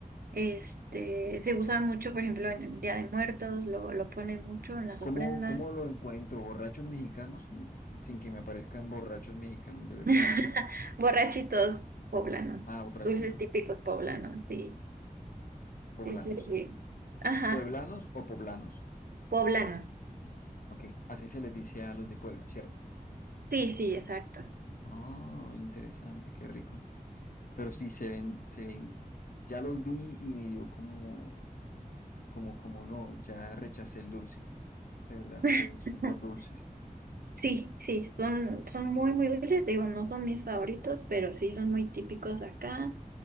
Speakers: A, on the right; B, on the left.
A: Este, se usa mucho, por ejemplo, en el Día de Muertos, lo, lo ponen mucho en las
B: ¿Cómo,
A: ofrendas.
B: cómo lo encuentro? ¿Borrachos mexicanos? Mm, Sin que me aparezcan borrachos mexicanos, de verdad.
A: <laughs> Borrachitos poblanos,
B: Ah, borrachitos,
A: dulces típicos poblanos, sí,
B: poblanos.
A: sí, sí, sí. Ajá,
B: ¿Pueblanos o poblanos?
A: poblanos.
B: Ok, así se les dice a los de Puebla, ¿cierto?
A: Sí, sí, exacto.
B: Ah, interesante, qué rico. Pero sí se ven, se ven, ya los vi y me dio como, como, como no, ya rechacé el dulce, de verdad,
A: <laughs>
B: se ven súper dulces.
A: Sí, sí, son, son muy, muy dulces. Te Digo, no son mis favoritos, pero sí son muy típicos de acá.